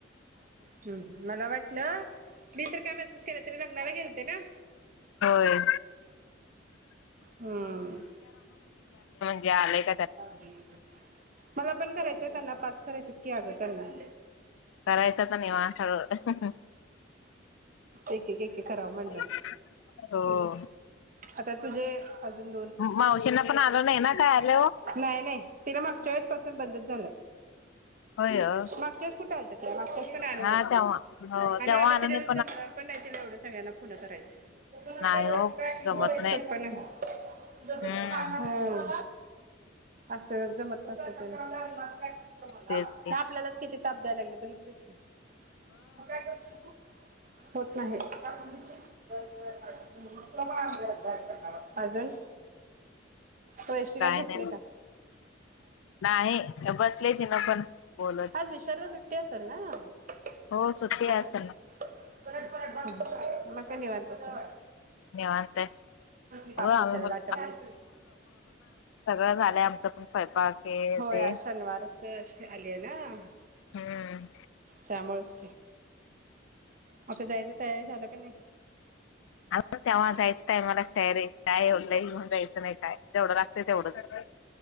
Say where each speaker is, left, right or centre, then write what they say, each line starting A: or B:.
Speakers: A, on the right (about 45°); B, on the left (about 80°).
A: हम्म, मला वाटलं मी तर काय मेसेज केला तरी लग्ना, ला गेलते ना
B: होय
A: हम्म.
B: रिकामा ऑडिओ
A: <unintelligible> मला पण करायचय त्यांना पाच करायचेत की अगं <unintelligible> <unintelligible>
B: करायचा तर निवांत सगळ
A: एक एक एक एक करावं म्हणलं.
B: <unintelligible> हो
A: आता तुझे अजून
B: मावशीना पण आल नाही ना काय आल?
A: नाय नाय तिला मागच्या वेळेस पासून बंदच झालय
B: होय हो.
A: मागच्यावेळेस कुठ आलत? मागच्या वेळेस पण आल
B: हा
A: नव्हत
B: तेव्हा हो
A: आण
B: तेव्हा
A: आला
B: आलं
A: तिला
B: नाही
A: जमणार पण नाही तिला एवढं सगळ्यांना फोनं करायच तसं नसतंय
B: नाही
A: होत
B: ओ जमत
A: बोलायचं सोपं नाही <unintelligible> होय
B: हम्म
A: अस जमत नसत ते <unintelligible> <unintelligible>
B: तेच की.
A: आपल्यालाच किती ताप द्यायला लागले बघितलेस की, मग काय करशील तू? होत नाही. <unintelligible> <unintelligible> अजून <inaudible> वैभवी काय झोप
B: नाही
A: <unintelligible> का
B: मग. नाही बसले तिनं पण बोलत
A: आज विशालला सुट्टी असेल ना?
B: हो
A: <inaudible>
B: सुट्टी आहे
A: पलट
B: आज त्यांना
A: रिकामा ऑडिओ काय निवांत असलं
B: निवांत आहे.
A: <unintelligible> पाप
B: अगं आम्ही
A: बिचाऱ्याला
B: पण
A: आठवण
B: <unintelligible> झालय आमच पण स्वयंपाक हे
A: होय
B: ते
A: आज शनिवारच आलीये ना
B: हम्म
A: त्यामुळेच आता जायच तयारी झाल का नाई
B: अगं तेव्हा जायचं टायमालाच तयारी काय एवढं? लई घेऊन जायचं नाही काय जेवढं लागतंय तेवढंच.